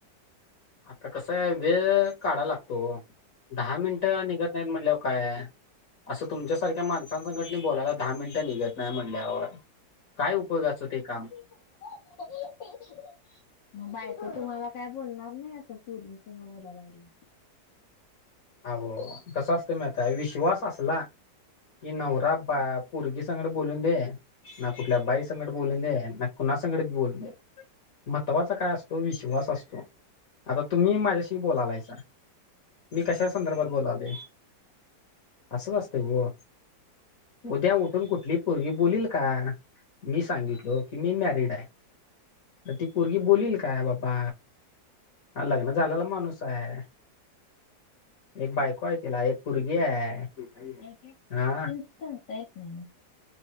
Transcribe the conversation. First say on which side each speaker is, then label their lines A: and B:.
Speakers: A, on the left (about 50°); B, on the left (about 75°).
A: आता कसं आहे वेळ- काढायला लागतो वो दहा मिनिट निघत नाहीत म्हटल्यावर काय य असं तुमच्यासारख्या माणसां संघटनी बोलायला दहा मिनिटं निघत नाही म्हणल्यावर- काय उपयोगाचं ते काम.
B: <inaudible> मग बायको तुम्हाला काय बोलणार नाही असं पोरींनसग बोलायला लागलं-
A: अहो कस असतं महितीये विश्वास असला- की नवरा बा पोरगी संघड बोलून दे- ना कुठल्या बाई संघट बोलवून दे ना कुणा संघट बोलून दे- महत्वाचा काय असतो विश्वास असतो आता तुम्ही माझ्याशी बोलालायस - मी
B: हम्म.
A: कशा संदर्भात बोलालोय अस नसतय ओ. उद्या उठून कुठली पोरंगी बोलील का मी सांगितलो की मी मॅरिड आहे. म ती पोरगी बोलील काय बाबा हा लग्न झालेला माणूस आहे. एक बायको आहे तिला एक पोरगी आहे.
B: पोरिंच
A: हा
B: सांगता येत नाही ओ.